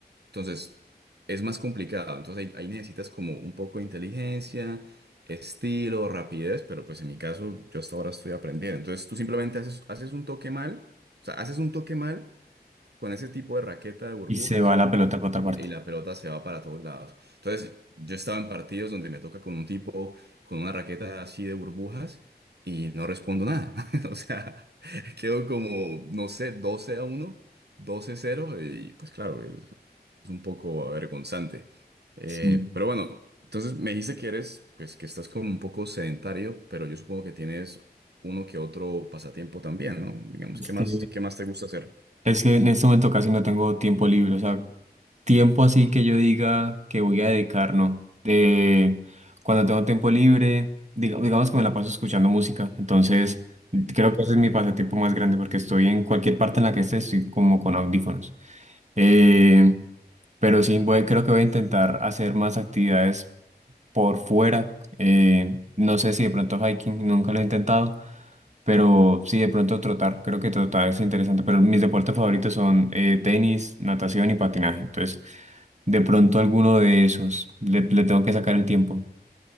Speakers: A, on the right (about 80°); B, on the right (about 45°).
A: Entonces, es más complicado. Entonces, ahí, ahí necesitas como un poco de inteligencia, estilo, rapidez, pero pues en mi caso, yo hasta ahora estoy aprendiendo. Entonces, tú simplemente haces, haces un toque mal, o sea, haces un toque mal con ese tipo de raqueta de burbujas
B: y se va la pelota para otra
A: y,
B: parte.
A: y la pelota se va para todos lados. Entonces, yo estaba en partidos donde me toca con un tipo con una raqueta así de burbujas y no respondo nada. <laughs> O sea, quedo como, no sé, doce a uno doce a 0 y pues claro, es, es un poco avergonzante. Eh,
B: Sí.
A: pero bueno, entonces me dijiste que eres, pues que estás como un poco sedentario, pero yo supongo que tienes uno que otro pasatiempo también, ¿no? Digamos,
B: Es
A: ¿qué más,
B: que
A: qué más te gusta hacer?
B: Es que en este momento casi no tengo tiempo libre, o sea, tiempo así que yo diga que voy a dedicar, no. Eh, cuando tengo tiempo libre, diga- digamos que me la paso escuchando música, entonces creo que ese es mi pasatiempo más grande porque estoy en cualquier parte en la que esté, estoy como con audífonos. Eh, pero sí, voy, creo que voy a intentar hacer más actividades por fuera. eh, no sé si de pronto hiking, nunca lo he intentado. Pero sí, de pronto trotar, creo que trotar es interesante, pero mis deportes favoritos son eh, tenis, natación y patinaje. Entonces, de pronto alguno de esos, le, le tengo que sacar el tiempo.